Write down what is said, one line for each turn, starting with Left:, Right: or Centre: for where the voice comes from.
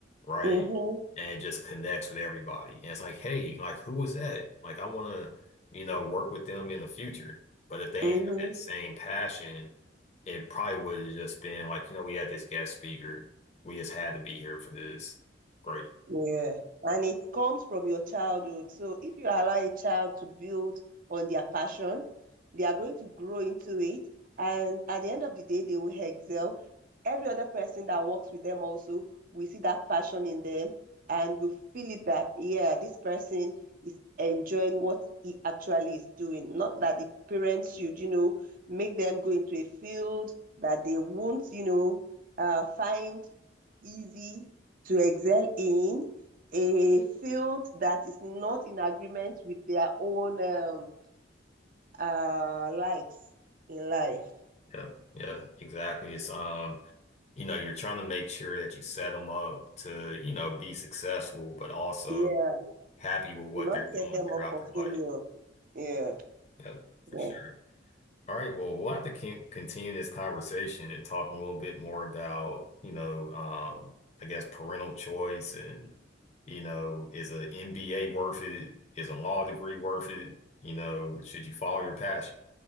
Left: right?
Right: Mm-hmm.
Left: And it just connects with everybody. And it's like, hey, like who was that? Like I want to, you know, work with them in the future. But if they
Right: Mm-hmm.
Left: ain't have that same passion, it probably would have just been like, you know, we had this guest speaker. We just had to be here for this. Great.
Right: Yeah. And it comes from your childhood. So if you allow a child to build on their passion, they are going to grow into it. And at the end of the day, they will excel. Every other person that works with them also we see that passion in them and we feel it that, yeah, this person is enjoying what he actually is doing. Not that the parents should, you know, make them go into a field that they won't, you know, uh, find easy to excel in a field that is not in agreement with their own um, uh, likes in life.
Left: Yeah, yeah, exactly. It's um, you know, you're trying to make sure that you set them up to, you know, be successful, but also
Right: Yeah,
Left: happy with what
Right: not
Left: they're doing
Right: set them
Left: throughout
Right: up for
Left: their life.
Right: failure. Yeah,
Left: Yeah, for
Right: yeah.
Left: sure. All right, well, we'll have to keep continue this conversation and talk a little bit more about, you know, um, I guess parental choice and, you know, is an MBA worth it? Is a law degree worth it? You know, should you follow your passion?